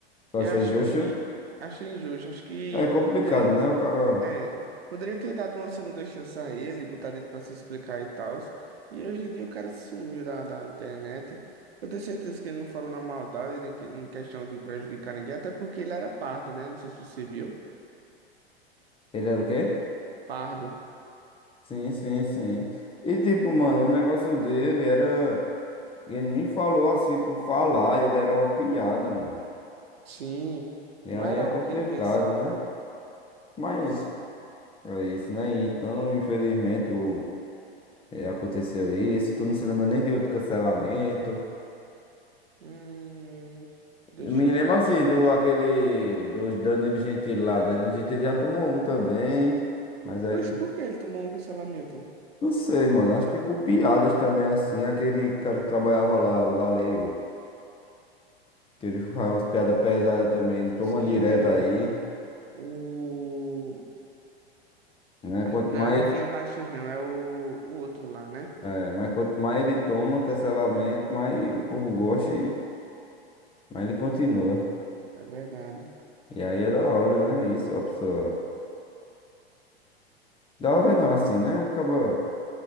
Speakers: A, on the left; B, on the right.
A: Tu
B: Eu
A: acha
B: acho
A: injusto?
B: que achei injusto, acho que
A: É complicado,
B: poderiam
A: né? O cara.
B: é, poderia ter dado uma segunda chance a ele, botado ele pra se explicar e tal. E hoje em dia o cara sumiu da, da internet. Eu tenho certeza que ele não falou na maldade, nem que- em questão de prejudicar ninguém, até porque ele era pardo, né? Não sei se você viu.
A: Ele era o quê?
B: Pardo.
A: Sim, sim, sim. E tipo, mano, o negócio dele era. Ele nem falou assim por falar, ele era uma piada, mano.
B: Sim,
A: E
B: não
A: aí
B: era
A: é
B: algo
A: complicado,
B: que ele pensava,
A: né?
B: né?
A: Mas
B: Sim.
A: é isso, né? Então, infelizmente, o. é aconteceu isso. Tu não se lembra nem de outro cancelamento.
B: Hum, deixa
A: Eu me
B: eu
A: lembro
B: ver.
A: assim do aquele do Danilo Gentili lá. Danilo Gentili já tomou um também. Mas aí,
B: Oxe, por que ele tomou um cancelamento?
A: não sei, mano. Acho que por piadas também, assim. Aquele cara que trabalhava lá, o Galego, que ele faz umas piadas pesadas também. Ele toma
B: Sim,
A: direto
B: o.
A: aí,
B: O.
A: né?
B: a-
A: Quanto
B: Não
A: mais,
B: é Rafinha Baixos, não, é o, o outro lá, né?
A: é, mas quanto mais ele toma cancelamento, mais o povo gosta e mais ele continua.
B: É verdade.
A: E aí é da hora, né? Isso, a pessoa. Da hora não, assim, né? Acaba.